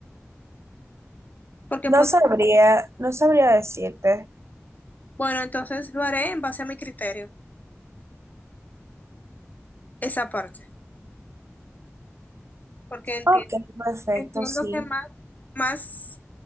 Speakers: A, on the left; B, on the right.
A: Porque
B: No
A: pod-
B: sabría, no sabría decirte.
A: bueno, entonces lo haré en base a mi criterio, esa parte, porque entiendo,
B: Ok, perfecto,
A: entiendo
B: sí.
A: que más, más